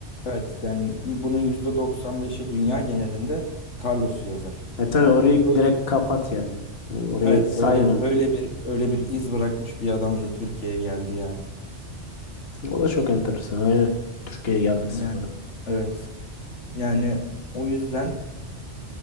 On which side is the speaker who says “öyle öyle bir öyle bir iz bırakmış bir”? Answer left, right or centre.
Left